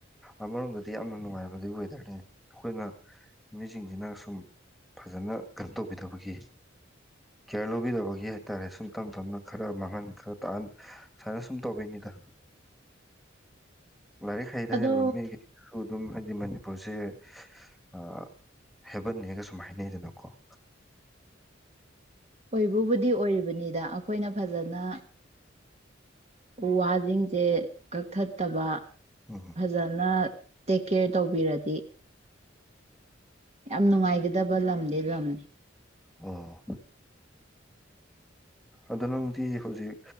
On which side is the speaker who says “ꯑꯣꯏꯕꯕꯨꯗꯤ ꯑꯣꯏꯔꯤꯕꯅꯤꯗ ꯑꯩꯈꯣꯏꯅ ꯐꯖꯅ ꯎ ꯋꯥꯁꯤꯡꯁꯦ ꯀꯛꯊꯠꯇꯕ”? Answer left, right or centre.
Right